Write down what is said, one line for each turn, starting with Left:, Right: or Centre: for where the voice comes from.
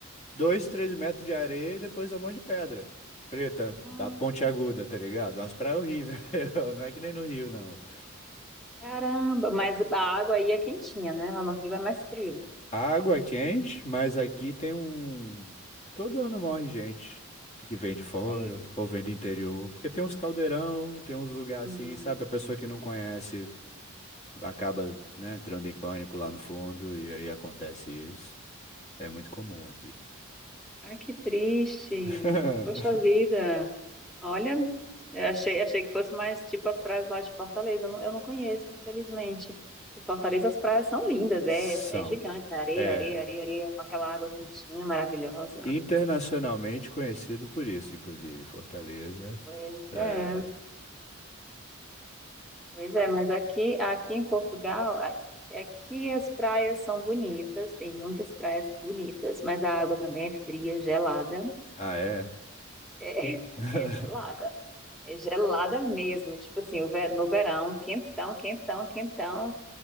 Left: Dois, três metros de areia e depois um monte de pedra. Preta,
Centre: Ah,
Left: a ponte aguda, tá ligado? Umas praias horríveis. <laughs> Não é que nem no Rio, não.
Centre: caramba, mas a água aí é quentinha, né? Lá no Rio é mais frio.
Left: A água é quente, mas aqui tem um. Todo ano morre gente que vem de fora
Centre: Ai.
Left: ou vem do interior. Porque tem uns caldeirão, tem uns lugares
Centre: Uhum.
Left: assim, sabe? A pessoa que não conhece acaba, né, entrando em pânico lá no fundo e aí acontece isso. É muito comum aqui.
Centre: Ai, que triste.
Left: <laughs>
Centre: Poxa vida. Olha, eu achei, achei que fosse mais tipo as praias lá de Fortaleza. Eu não, eu não conheço, infelizmente. E Fortaleza, as praias são lindas,
Left: São.
Centre: é, é gigante, areia,
Left: É.
Centre: areia, areia, areia, com aquela água quentinha, maravilhosa.
Left: internacionalmente conhecido por isso, inclusive, Fortaleza.
Centre: Pois
Left: É.
Centre: é, pois é, mas aqui, aqui em Portugal, a- aqui as praias são bonitas, tem muitas praias bonitas, mas a água também é fria, gelada.
Left: Ah, é?
Centre: É,
Left: <laughs>
Centre: <laughs> é gelada. É gelada mesmo, tipo assim, o ve- no verão, quentão, quentão, quentão.